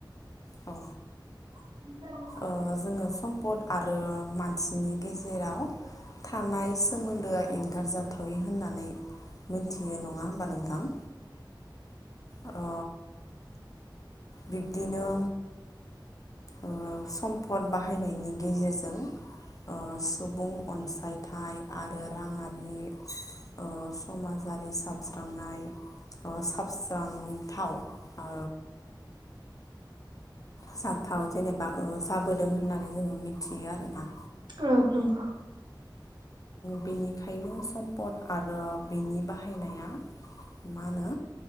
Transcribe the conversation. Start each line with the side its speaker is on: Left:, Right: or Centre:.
Left: औ
Right: <inaudible>
Left: ओ जोंङो सम्पद आरो मानसिनि गेजेराव थानाय सोमोन्दोआ एंगारजाथावि होननानै मोनथियो नङा होमबा नोंथां। अ बिब्दिनो ओ सम्पद बाहायनायनि गेजेरजों ओ सुबुं अनसायथाइ आरो राङारि अ समाजारि साबज्रांनाय ओ साबस्रांथाव ओ जाथाव जेनेबा जाबोदों होननानै जोङो मिथियो आरोना।
Right: औ नंगौ
Left: बेनिखायनो सम्पद आरो बिनि बाहायनाया मा होनो